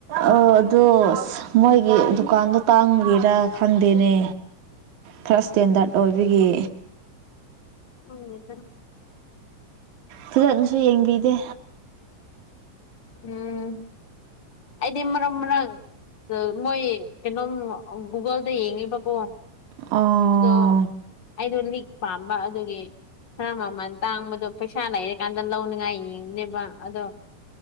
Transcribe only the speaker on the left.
ꯎꯝ
ꯎꯝ ꯍꯥꯏꯗꯤ ꯃꯔꯛ ꯃꯔꯛ ꯃꯣꯏ ꯀꯩꯅꯣꯝ ꯨꯒꯨꯒꯜꯗ ꯌꯦꯡꯉꯦꯕꯀꯣ
ꯑꯗꯣ ꯑꯩꯗꯣ ꯂꯤꯛ ꯄꯥꯝꯕ ꯑꯗꯨꯒꯤ ꯈꯔ ꯃꯃꯜ ꯇꯥꯡꯕꯗꯣ ꯄꯩꯁꯥ ꯂꯩꯔꯀꯥꯟꯗ ꯂꯧꯅꯤꯡꯉꯥꯏ ꯌꯦꯕꯅꯦꯕ ꯑꯗꯣ